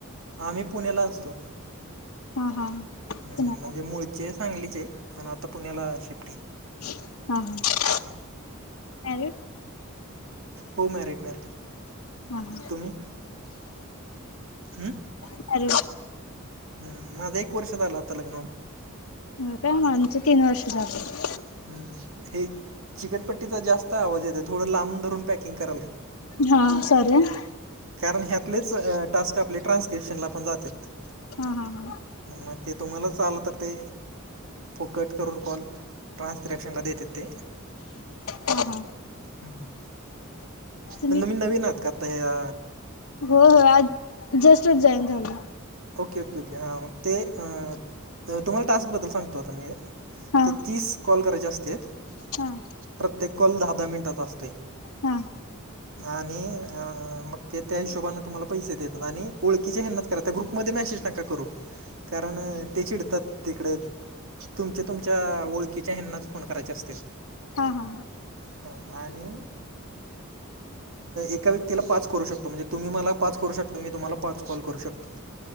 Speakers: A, on the right; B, on the left.
A: आम्ही पुण्याला असतो.
B: हा हा
A: हम्म.
B: पुण्याला
A: म्हणजे मुळचे सांगलीचे ये, पण आता पुण्याला शिफ्ट ये.
B: हां.. हां.. मॅरिड.
A: हो मॅरिड मॅरिड.
B: हा हा
A: तुम्ही, हम.
B: मॅरिड
A: हम्म, माझं एक वर्ष झालं, आता लग्न होऊन.
B: होय का, आमच तीन वर्ष झालं.
A: हम् हे चिकटपट्टीचा जास्त आवाज येतोय थोड लांब धरून पॅकिंग कराल का
B: हा सॉरी हा!
A: कारण ह्यातलेच टास्क आपले ट्रान्स्क्रिप्शनला पण जातेत.
B: हा हा हा!
A: मग ते तुम्हालाच आलं तर ते फुकट करून कॉल ट्रान्सस्क्रीप्शनला देतेत ते.
B: हा हा.
A: हम्
B: तुम्ही
A: न मी नवीन आहात का आता या
B: होय होय आज जस्टच जॉईन झाली.
A: ओके ओके ओके हा मग ते तुम्हाला टास्क बद्दल सांगतो आता मी.
B: हा.
A: ते तीस कॉल करायचे असतेत.
B: हा!
A: प्रत्येक कॉल दहा दहा मिनिटाचा असतोय.
B: हा!
A: आणि अ मग ते त्या हिशोबने तुम्हाला पैसे देतात आणि ओळखकीच्या ह्यांनाच करायच त्या ग्रुप मध्ये मेसेज नका करू कारण ते चिडतात तिकडे तुमच्या तुमच्या ओळखीच्या ह्यांनाच फोन करायचे असतेत.
B: हा हा हा
A: हा आणि एका व्यक्तीला पाच करू शकतो म्हणजे तुम्ही मला पाच करू शकता मी तुम्हाला पाच कॉल करू शकतो.